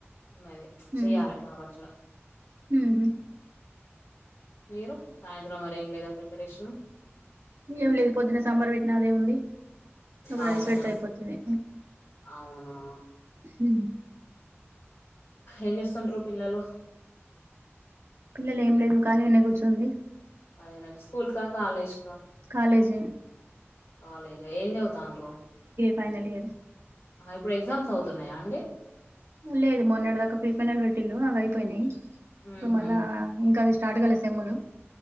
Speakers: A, on the left; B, on the right.
A: ఉన్నది
B: మ్మ్
A: చెయ్యాలె టమాట పచ్చడు
B: మ్మ్ హ్మ్
A: మీరు సాయంత్రం మరేం లేదా ప్రిపరేషన్
B: ఏం లేదు పొద్దున సాంబార్ పెట్టిన అదే ఉంది ఒక
A: అవునా
B: రైస్ పెడితే అయిపోతది
A: అవునా
B: ఉ
A: ఏం చేస్తుంట్రూ పిల్లలు
B: పిల్లలు ఏం లేదు ఖాళీగానే కూర్చుంది
A: అలాగనట్టు స్కూల్క కాలేజ్
B: కాలేజె
A: కాలేజ్ ఏం చదువుతాన్రు
B: ఫైనల్ ఇయర్
A: ఇప్పుడు ఎగ్జామ్స్ అవుతున్నాయా అండి
B: లేదు మొన్నెడు దాక ఫీఫైనల్ పెట్టిళు అవి అయిపోయినాయి
A: హుహు.
B: ఇప్పుడు మళ్ళా ఇంక స్టార్ట్ కాల సెమ్ములు